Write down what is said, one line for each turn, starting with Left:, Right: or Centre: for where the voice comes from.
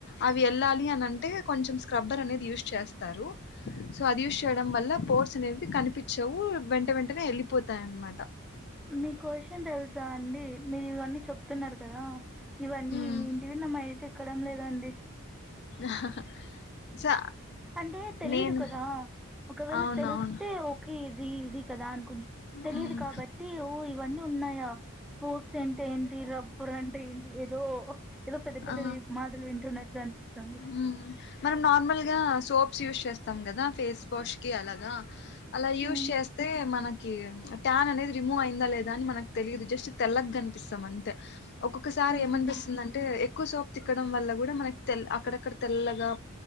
Left: అవి వెళ్ళాలి అని అంటే కొంచెం స్క్రబ్బర్ అనేది యూజ్ చేస్తారు. సో అది యూస్ చేయడం వల్ల పోట్స్ అనేవి కనిపించవు. వెంట వెంటనే వెళ్ళిపోతాయ్ అనమాట
Centre: మీకొషియం తెల్సా అండి. మీరన్నీ చెప్తున్నారు. కదా ఇవన్నీ
Left: ఉమ్
Centre: ఇంటి నమ్మ అయితే ఎక్కడం లేదండి.
Left: ఆ సో
Centre: అంటే తెలీదు
Left: నేను
Centre: కదా ఒకవేళ
Left: అవునవును
Centre: తెలిస్తే ఓకే ది ఇది కదా అన్ కున్ తెలిదు
Left: మ్మ్
Centre: కాబట్టి ఓ ఇవన్నీ ఉన్నాయా స్పోక్స్ అంటే ఏంటి రబ్బర్ అంటే ఏంటి ఏదో ఏదో పెద్ద పెద్దవి
Left: ఆ
Centre: మాటలు వింటున్నట్టే అనిపిస్తుంది.
Left: మ్మ్ మనం నార్మల్గా సోప్స్ యూస్ స్ చేస్తాం కదా ఫేస్ వాష్ కి అలాగా అలా యూస్
Centre: ఉమ్
Left: చేస్తే మనకి ట్యాన్ అనేది రిమూవ్ అయిందా లేదా అని మనకు తెలిదు జస్ట్ తెల్లగ కనిపిస్తాం అంతే ఒక్కొక్కసారి
Centre: ఉహు
Left: ఏమనిపిస్తుంది అంటే ఎక్కువ్ సోపు తిక్కడం వల్ల కూడా మనకి తెల్ అక్కడక్కడ తెల్లగా